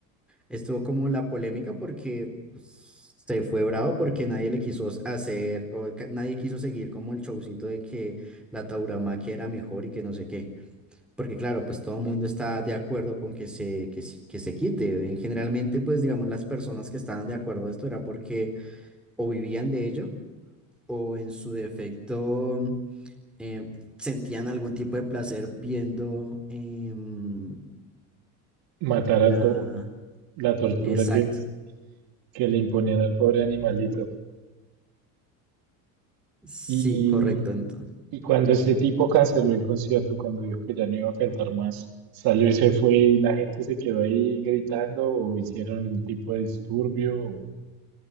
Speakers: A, in the centre; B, on the right.
A: estuvo como la polémica porque pues, se fue bravo porque nadie le quiso hacer, o ca- nadie quiso seguir como el showcito de que la tauromaquia era mejor y que no sé qué. Porque claro, pues todo el mundo está de acuerdo con que se, que, se que se quite. En Generalmente, pues digamos, las personas que estaban de acuerdo de esto era porque o vivían de ello o en su defecto eh, sentían algún tipo de placer viendo em,
B: Matar
A: como la...
B: al toro. La tortura
A: Exacto.
B: que, que le imponían al pobre animalito.
A: Sí,
B: Y,
A: correcto, entonces.
B: y cuando ese tipo canceló el concierto, cuando dijo que ya no iba a cantar más, salió y se fue y la gente se quedó ahí gritando o hicieron algún tipo de disturbio. o-